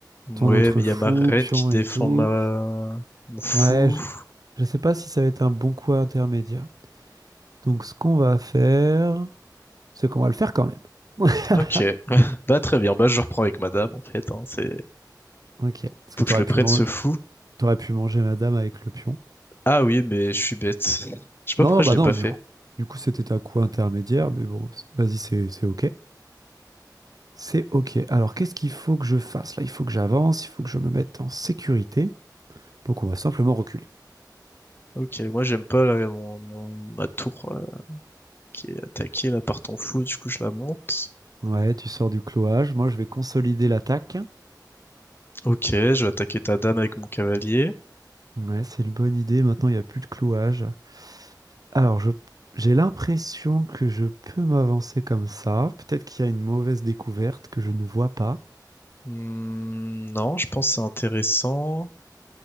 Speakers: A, on the left; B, on the right.
A: Ouais,
B: ton autre
A: mais
B: fou,
A: il y a ma reine
B: pion
A: qui défend
B: et tout,
A: ma... mon fou.
B: ouais, je, je sais pas si ça va être un bon coup intermédiaire. Donc, ce qu'on va faire, c'est qu'on va le faire quand même. <laughs>
A: Ok. <laughs> Bah, très bien. Bah, je reprends avec ma dame, en fait. Hein. C'est...
B: Ok. Parce que
A: Faut
B: t'aurais
A: que je le
B: pu
A: prenne,
B: manger,
A: ce fou.
B: t'aurais pu manger madame avec le pion.
A: Ah oui, mais je suis bête. Je sais pas
B: Non,
A: pourquoi
B: non, bah
A: je l'ai
B: non,
A: pas fait.
B: du coup, du coup, c'était un coup intermédiaire, mais bon, c'est- vas-y, c'est c'est ok. C'est ok. Alors, qu'est-ce qu'il faut que je fasse? Là, il faut que j'avance, il faut que je me mette en sécurité. Donc, on va simplement reculer.
A: Ok, moi j'aime pas là, mon, mon- ma tour euh, qui est attaquée là par ton fou, du coup je la monte.
B: Ouais, tu sors du clouage. Moi, je vais consolider l'attaque.
A: Ok, je vais attaquer ta dame avec mon cavalier.
B: Ouais, c'est une bonne idée. Maintenant, il n'y a plus de clouage. Alors, je, j'ai l'impression que je peux m'avancer comme ça. Peut-être qu'il y a une mauvaise découverte que je ne vois pas.
A: Hmm, non, je pense que c'est intéressant.